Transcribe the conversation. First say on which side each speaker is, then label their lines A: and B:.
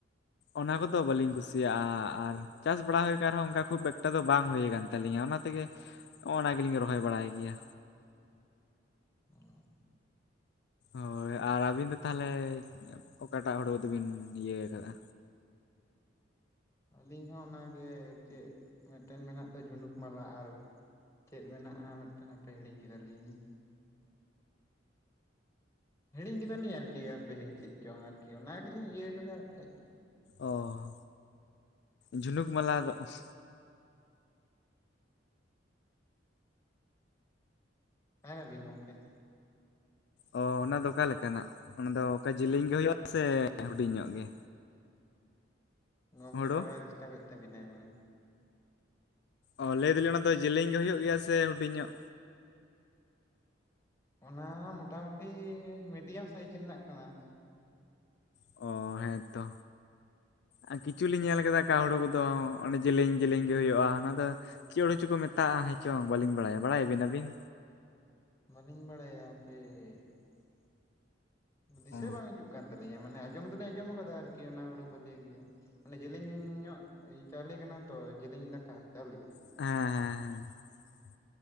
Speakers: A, on the left; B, on the left.
A: ᱚᱱᱟ ᱠᱚᱫᱚ ᱵᱟᱹᱞᱤᱧ ᱠᱩᱥᱤᱭᱟᱜ-ᱟ ᱟᱨ ᱪᱟᱥ ᱵᱟᱲᱟ ᱦᱩᱭ ᱠᱟᱱ ᱨᱮᱦᱚᱸ ᱚᱱᱠᱟ ᱠᱷᱩᱵ ᱮᱠᱴᱟ ᱫᱚ ᱵᱟᱝ ᱦᱩᱭ ᱠᱟᱱ ᱛᱟᱹᱞᱤᱧᱟ ᱚᱱᱟ ᱛᱮᱜᱮ ᱚᱱᱟ ᱜᱮᱞᱤᱧ ᱨᱚᱦᱚᱭ ᱵᱟᱲᱟᱭ ᱜᱤᱭᱟ᱾
B: ᱚᱸ᱾
A: ᱦᱳᱭ ᱟᱨ ᱟᱹᱵᱤᱱ ᱫᱚ ᱛᱟᱦᱮᱞᱮ ᱚᱠᱟ ᱴᱟᱜ ᱦᱳᱲᱳ ᱫᱚᱵᱤᱱ ᱤᱭᱟᱹ ᱟᱠᱟᱫ-ᱟ?
B: ᱟᱹᱞᱤᱧ ᱦᱚᱸ ᱚᱱᱟ ᱜᱮ ᱪᱮᱜ ᱢᱤᱫᱴᱟᱹᱱ ᱢᱮᱱᱟᱜ ᱫᱚ ᱡᱷᱩᱱᱩᱠ ᱢᱟᱞᱟ ᱟᱨᱼᱼ ᱪᱮᱫ ᱢᱮᱱᱟᱜ-ᱟ ᱢᱤᱫᱴᱟᱹᱱ ᱦᱟᱯᱮ ᱦᱤᱲᱤᱧ ᱠᱮᱫᱟ ᱞᱤᱧ, ᱦᱤᱲᱤᱧ ᱠᱮᱫᱟ ᱞᱤᱧ ᱟᱨ ᱠᱤ ᱟᱯᱮ ᱦᱮ ᱪᱮᱜ ᱪᱚᱝ ᱟᱨ ᱠᱤ ᱚᱱᱟ ᱜᱮᱞᱤᱧ ᱤᱭᱟᱹ ᱟᱠᱟᱫᱟ ᱟᱠᱷᱟᱡᱼᱼ
A: ᱚᱻᱦᱚ, ᱡᱷᱩᱱᱩᱠ ᱢᱟᱞᱟ ᱫᱚ ᱚᱦ
B: ᱛᱟᱦᱮᱸ ᱱᱟᱹᱵᱤᱱ ᱜᱚᱝᱠᱮ?
A: ᱚᱻ ᱚᱱᱟ ᱫᱚ ᱚᱠᱟ ᱞᱮᱠᱟ ᱱᱟᱜ, ᱚᱱᱟ ᱫᱚ ᱚᱠᱟ ᱡᱤᱞᱤᱧ ᱜᱮ ᱦᱩᱭᱩᱜ-ᱟ, ᱥᱮ ᱦᱩᱰᱤᱧ ᱧᱚᱜ ᱜᱮ?
B: ᱜᱚᱝᱠᱮ
A: ᱦᱩᱲᱩ
B: ᱴᱟᱣᱟᱭ ᱰᱤᱥᱴᱟᱵᱮᱫ ᱛᱟᱹᱵᱤᱱᱟᱭ ᱢᱟᱱᱮ᱾
A: ᱚ ᱞᱟᱹᱭ ᱮᱫᱟ ᱞᱤᱧ ᱚᱱᱟ ᱫᱚ ᱡᱮᱞᱤᱧ ᱜᱮ ᱦᱩᱭᱩᱜ ᱜᱮᱭᱟ ᱥᱮ ᱦᱩᱰᱤᱧ ᱧᱚᱜ?
B: ᱚᱱᱟ ᱢᱚᱴᱟᱼᱢᱩᱴᱤ ᱢᱤᱰᱤᱭᱟᱢ ᱥᱟᱹᱭᱤᱡ ᱨᱮᱱᱟᱜ ᱠᱟᱱᱟ᱾
A: ᱚᱻ ᱦᱮᱸ ᱛᱚ᱾ ᱟᱸ ᱠᱤᱪᱩ ᱞᱤᱧ ᱧᱮᱞ ᱟᱠᱟᱫᱟ ᱮᱴᱟᱜ ᱦᱩᱲᱩ ᱠᱳᱫᱚ ᱚᱱᱮ ᱡᱮᱞᱤᱧ ᱡᱮᱞᱤᱧ ᱜᱮ ᱦᱩᱭᱩᱜ-ᱟ, ᱟᱱᱟ ᱫᱚ ᱪᱮᱜ ᱦᱩᱲᱩ ᱪᱚ ᱠᱚ ᱢᱮᱛᱟᱜ-ᱟ ᱦᱮᱸ ᱪᱚᱝ ᱵᱟᱹᱞᱤᱧ ᱵᱟᱲᱟᱭᱟ, ᱵᱟᱲᱟᱭᱟ ᱵᱤᱱ ᱟᱹᱵᱤᱱ?
B: ᱢᱟᱹᱞᱤᱧ ᱵᱟᱲᱟᱭᱟ ᱦᱟᱯᱮᱻᱜ ᱫᱤᱥᱟᱹ
A: ᱚ
B: ᱵᱟᱝ ᱦᱤᱡᱩᱜᱼᱼ ᱠᱟᱱ ᱛᱟᱹᱞᱤᱧᱟ, ᱢᱟᱱᱮ ᱟᱸᱡᱚᱢ ᱫᱚᱞᱤᱧ ᱟᱸᱡᱚᱢ ᱟᱠᱟᱫᱟ ᱟᱨ ᱠᱤ ᱚᱱᱟ ᱦᱩᱲᱩ ᱠᱚ ᱞᱟᱹᱭ ᱜᱮᱭᱟ᱾ ᱚᱱᱮ ᱡᱮᱞᱤᱧ ᱧᱚᱜ ᱟᱹᱭ ᱪᱟᱣᱞᱮ ‌ᱠᱟᱱᱟ ᱛᱚ ᱡᱮᱞᱤᱧ ᱫᱟᱠᱟ ᱪᱟᱣᱞᱤ᱾
A: ᱦᱮᱸ ᱦᱮᱸ ᱦᱮᱸ᱾